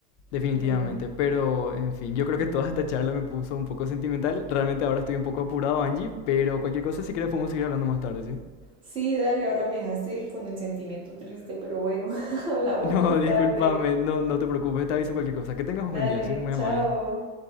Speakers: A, on the left; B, on the right.
A: Definitivamente,
B: Mm,
A: pero en fin, yo creo que toda esta charla me puso un poco sentimental. Realmente ahora estoy un poco apurado, Angie, pero cualquier cosa, si quieres, podemos seguir hablando más tarde, ¿sí? <laughs>
B: Sí, dale, ahora me dejaste con el sentimiento triste, pero bueno, <laughs> hablamos
A: No,
B: más
A: discúlpame,
B: tarde.
A: no, no te preocupes, te aviso cualquier cosa. Que tengas
B: Dale,
A: un buen día, ¿sí? Muy
B: chao.
A: amable.